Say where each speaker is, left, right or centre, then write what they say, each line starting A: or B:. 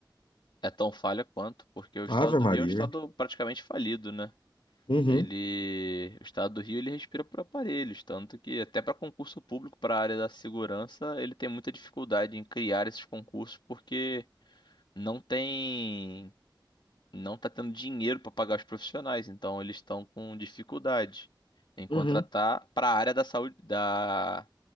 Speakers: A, on the left; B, on the left.
A: É tão falha quanto, porque o estado
B: Ave
A: do
B: Maria.
A: Rio é um estado praticamente falido, né?
B: Uhum,
A: Ele, o estado do Rio, ele respira por aparelhos, tanto que até para concurso público, para a área da segurança, ele tem muita dificuldade em criar esses concursos porque não tem, não tá tendo dinheiro para pagar os profissionais, então eles estão com dificuldade em contratar
B: uhum.
A: para a área da saúde, da